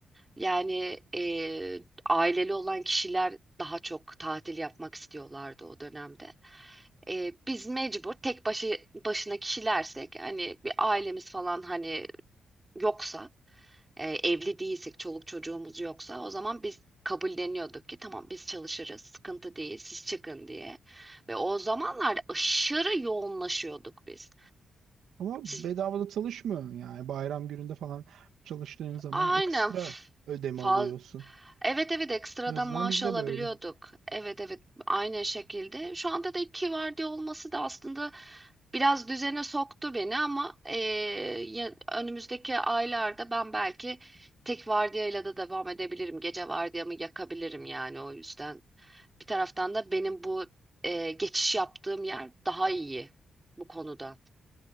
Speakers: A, on the right; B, on the right.
A: yani e, aileli olan kişiler daha çok tatil yapmak istiyorlardı o dönemde. E, biz mecbur tek başı başına kişilersek hani bir ailemiz falan hani yoksa e, evli değilsek, çoluk çocuğumuz yoksa o zaman biz kabulleniyorduk ki tamam biz çalışırız, sıkıntı değil, siz çıkın diye. Ve o zamanlarda aşırı yoğunlaşıyorduk biz.
B: Ama
A: Siz
B: bedavada çalışmıyor yani. Bayram gününde falan çalıştığın zaman
A: aynen
B: ekstra
A: f-
B: ödeme
A: fa-
B: alıyorsun.
A: Evet evet ekstradan
B: En azından
A: maaş
B: bizde
A: alabiliyorduk.
B: böyle.
A: Evet evet aynı şekilde. Şu anda da iki vardiya olması da aslında biraz düzene soktu beni ama eee, ya- önümüzdeki aylarda ben belki tek vardiyayla da devam edebilirim. Gece vardiyamı yakabilirim yani o yüzden. Bir taraftan da benim bu eee, geçiş yaptığım yer daha iyi bu konuda.